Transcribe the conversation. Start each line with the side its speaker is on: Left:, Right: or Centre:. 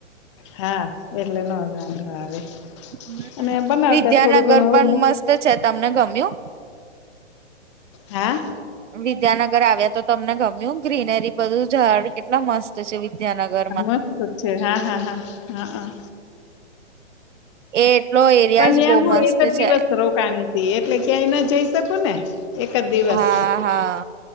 Left: હા એટલે નોંધ વાંધો આવે
Right: હમ
Left: અને બનાવતા
Right: વિદ્યાનગર
Left: થોડું ઘણું હવે
Right: પણ મસ્ત છે તમને ગમ્યું.
Left: હા.
Right: વિદ્યાનગર આવ્યા તો તમને ગમ્યું ગ્રીનરી બધું ઝાડ કેટલા મસ્ત તો છે વિદ્યાનગર
Left: આ મસ્ત જ છે હા હા હા હા હા
Right: એ એટલો એરિયા
Left: પણ
Right: જ બહુ
Left: ત્યાં હું
Right: મસ્ત
Left: એક જ
Right: છે.
Left: દિવસ રોકાણી એટલે ક્યાંય ના જઈ શકું ને એક જ દિવસ
Right: હા હા